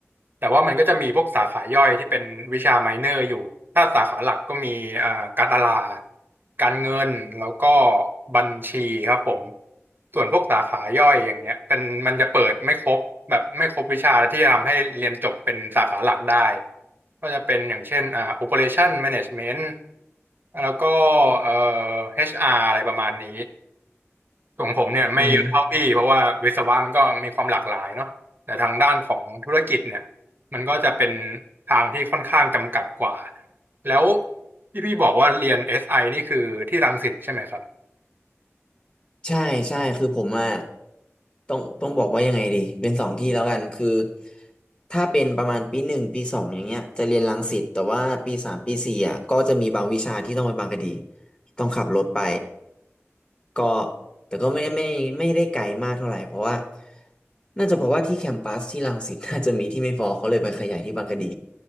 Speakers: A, on the right; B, on the left.
A: แต่ว่ามันก็จะมีพวกสาขาย่อยที่เป็นวิชาไมเนอร์อยู่ถ้าสาขาหลักก็มีเอ่อการตลาดการเงินแล้วก็บัญชีครับผมส่วนพวกสาขาย่อยอย่างเงี้ยเป็นมันจะเปิดไม่ครบแบบไม่ครบวิชาที่จะทำให้เรียนจบเป็นสาขาหลักได้ก็จะเป็นอย่างเช่นอ่า Operation Management แล้วก็เอ่อ HR อชอาร์อะไรประมาณนี้ ของผมเนี่ยไม่เยอะเท่าพี่เพราะว่าวิศวะมันก็มีความหลากหลายเนาะแต่ทางด้านของธุรกิจเนี่ย
B: อืม
A: มันก็จะเป็นทางที่ค่อนข้างจำกัดกว่าแล้วที่พี่บอกว่าเรียน SI นี่คือที่รังสิตใช่ไหมครับ
B: ใช่ใช่คือผมอ่ะต้องต้องบอกว่ายังไงดีเป็นสองที่แล้วกันคือถ้าเป็นประมาณปีหนึ่งปีสองอย่างเงี้ยจะเรียนรังสิตแต่ว่าปีสามปีสี่อ่ะก็จะมีบางวิชาที่ต้องไปบางกะดีต้องขับรถไป ก็แต่ก็ไม่ได้ไม่ไม่ได้ไกลมากเท่าไหร่เพราะว่าน่าจะเพราะว่าที่แคมปัสที่รังสิต <laughs> น่าจะมีที่ไม่พอเขาเลยไปขยายที่บางกะดี